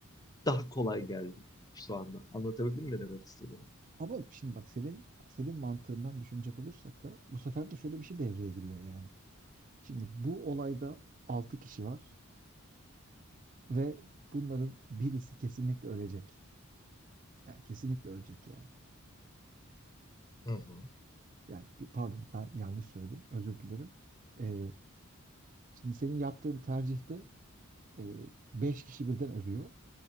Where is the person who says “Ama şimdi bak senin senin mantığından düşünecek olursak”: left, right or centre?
Right